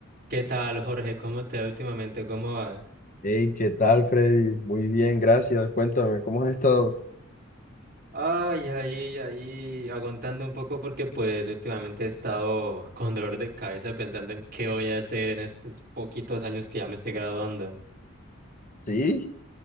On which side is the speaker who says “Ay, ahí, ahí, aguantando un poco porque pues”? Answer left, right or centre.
Right